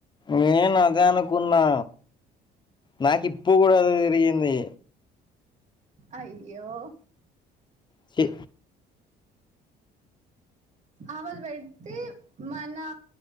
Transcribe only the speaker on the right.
అయ్యో
ఆమెది పెడితే మనా